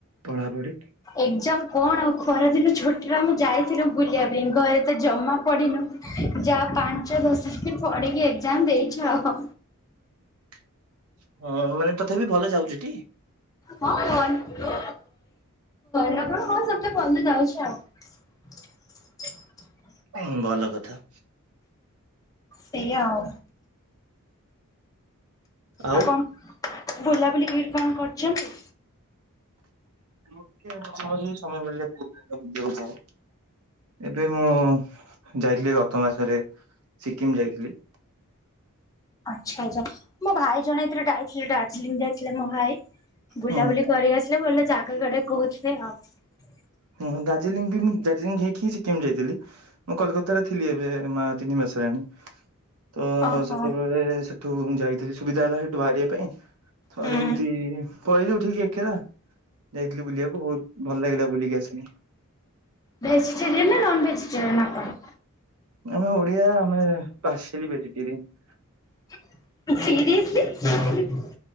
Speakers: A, on the right; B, on the left.
A: ପଢାପଢି
B: ଏକ୍ଜାମ କଣ ଆଉ ପରଦିନ ଛୁଟିରେ ଆମେ ଯାଇଥିଲୁ ବୁଲିବା ପାଇଁ ଘରେ ତ ଜମା ପଢ଼ିନୁ ଯାହା ପାଞ୍ଚ ପଢିକି ଏକ୍ଜାମ ଦେଇଛୁ ଆଉ।
A: <inaudible> ହଁ ମାନେ ତଥାପି ଭଲ ଯାଉଚ ଟି?
B: ହଁ କର ନକର ସେମିତି ଭଲରେ ଯାଉଚି ଆଉ
A: ହଁ
B: <inaudible>
A: ହ ଭଲ କଥା,
B: ସେଇଆ ଆଉ
A: ଆଉ
B: ଆପଣ ବୁଲାବୁଲି କି କଣ କରୁଛନ୍ତି?
A: ମଝି ମଝିରେ ସମୟ ମିଳିଲେ ବୁଲିବାକୁ ଯାଏ। ଏବେ ମୁଁ ଯାଇଥିଲି ଗତ ମାସରେ। ସିକିମ ଯାଇଥିଲି।
B: ଆଚ୍ଛା ଆଚ୍ଛା ମୋ ଭାଇ ଜଣେଇଥିଲେ ଯାଇଥିଲେ ଡାର୍ଜିଲିଂ ଯାଇଥିଲେ ମୋ ଭାଇ। ବୁଲାବୁଲି
A: ହୁଁ
B: କରି ଆସିଲେ ଭଲ ଜାଗା କୁଆଡେ କହୁଥିଲେ ଆଉ।
A: ହଁ ଦାର୍ଜିଲିଂ ବି ମୁଁ ଦାର୍ଜିଲିଂ ହେଇକି ହିଁ ସିକିମ୍ ଯାଇଥିଲି ମୁଁ କଲକାତ ଥିଲି ଏବେ ମା ତିନି ମାସ। ଆସିଲାଣି ତ
B: ଓହୋ
A: ସେତେବେଳେ ସେଠୁ ଯାଇଥିଲି। ସୁବିଧା ହେଲା ସେଇଠୁ ବାହାରିବା ପାଇଁ ଥରେ
B: ହୁଁ।
A: ଏମିତି ପଳେଇଲି ଉଠିକି ଏକେଲା। ଯାଇଥିଲି ବୁଲିବାକୁ ବହୁତ ଭଲ ଲାଗିଲା ବୁଲିକି ଆସିଲି।
B: ଭେଜିଟେରିୟାନ ନା ନନ୍ ଭେଜିଟେରିୟାନ ଆପଣ,?
A: ଆମେ ଓଡିଆ ଆମେ ପାସିଲି ଭେଜିଟେରିଆନ, ।
B: ସିରିଏସ୍ଲି,